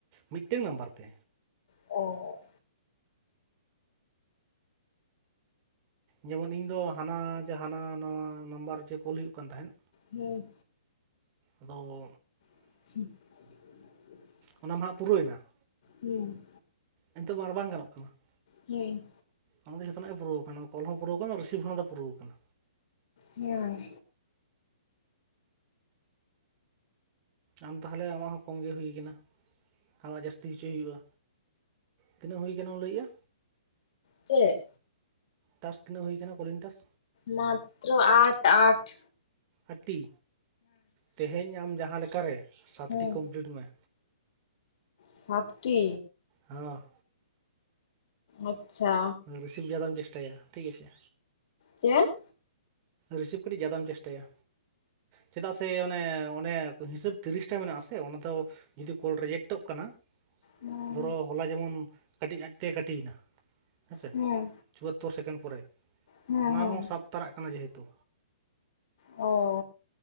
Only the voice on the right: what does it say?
ᱢᱤᱫᱴᱮᱝ ᱱᱟᱢᱵᱟᱨ ᱛᱮ᱾
ᱡᱮᱢᱚᱱ ᱤᱧ ᱫᱚ ᱦᱟᱱᱟ ᱡᱮ ᱦᱟᱱᱟ ᱱᱟᱣᱟ ᱱᱟᱢᱵᱟᱨ ᱡᱮ ᱠᱳᱞ ᱦᱩᱭᱩᱜ ᱠᱟᱱ ᱛᱟᱦᱮᱸᱫ᱾
ᱟᱫᱚ
ᱚᱱᱟ ᱢᱟᱦᱟᱜ ᱯᱩᱨᱟᱹᱣᱮᱱᱟ ᱾
ᱱᱮᱛᱚᱜ ᱢᱟ ᱟᱨ ᱵᱟᱝ ᱜᱟᱱᱚᱜ ᱠᱟᱱᱟ ᱾
ᱚᱱᱟ ᱫᱚ ᱡᱚᱛᱚᱱᱟᱜ ᱮ ᱯᱩᱨᱟᱹᱣ ᱟᱠᱟᱱᱟ ᱠᱚᱞ ᱦᱚᱸ ᱯᱩᱨᱟᱹᱣ ᱠᱟᱱᱟ, ᱨᱤᱥᱤᱵ ᱦᱚᱸ ᱟᱫᱚ ᱯᱩᱨᱟᱹᱣ ᱟᱠᱟᱱᱟ
ᱟᱢ ᱛᱟᱦᱞᱮ ᱟᱢᱟᱜ ᱦᱚᱸ ᱠᱚᱢ ᱜᱮ ᱦᱩᱭ ᱠᱟᱱᱟ ᱟᱢᱟᱜ ᱡᱟᱹᱥᱛᱤ ᱦᱚᱪᱚᱭ ᱦᱩᱭᱩᱜᱼᱟ᱾ ᱛᱤᱱᱟᱹᱜ ᱦᱩᱭ ᱟᱠᱟᱱᱟ ᱠᱟᱱᱟᱢ ᱜᱟᱹᱭᱮ-ᱟ,
ᱴᱟᱥ ᱛᱤᱱᱟᱹᱜ ᱦᱩᱭ ᱠᱟᱱᱟ ᱠᱚᱞᱤᱝ ᱴᱟᱥ?
ᱟᱴᱤ ᱛᱮᱦᱮᱧ ᱟᱢ ᱡᱟᱦᱟᱸᱞᱮᱠᱟ ᱨᱮ ᱥᱟᱛᱴᱤ
ᱠᱚᱢᱯᱤᱞᱤᱴ ᱢᱮ
ᱦᱚᱸ
ᱨᱤᱥᱤᱵᱷ ᱡᱟᱫᱟᱢ ᱪᱮᱥᱴᱟᱭᱟ ᱴᱷᱤᱠ ᱟᱪᱷᱮ
ᱨᱤᱥᱤᱵᱷ ᱠᱟᱹᱴᱤᱡ ᱡᱟᱫᱟᱢ ᱪᱮᱥᱴᱟᱭᱟ ᱪᱮᱫᱟᱜ ᱥᱮ ᱚᱱᱮ ᱚᱱᱮ ᱦᱤᱥᱟᱹᱵ ᱛᱤᱨᱤᱥᱴᱟ ᱢᱮᱱᱟᱜ ᱟᱥᱮ ᱚᱱᱟ ᱫᱚ ᱡᱩᱫᱤ ᱠᱚᱞ ᱨᱮᱡᱮᱠᱴ ᱴᱚᱜ ᱠᱟᱱᱟ
ᱫᱷᱚᱨᱚ ᱦᱚᱞᱟ ᱡᱮᱢᱚᱱ ᱠᱟᱹᱴᱤᱡ ᱟᱡᱛᱮ ᱠᱟᱴᱤ ᱭᱮᱱᱟ ᱦᱮᱸᱥᱮ
ᱪᱩᱣᱟᱛᱛᱳᱨ ᱥᱮᱠᱮᱱᱰ ᱯᱚᱨᱮ
ᱚᱱᱟ
ᱦᱚᱸ ᱥᱟᱵ ᱛᱟᱨᱟᱜ ᱠᱟᱱᱟ ᱡᱮᱦᱮᱛᱩ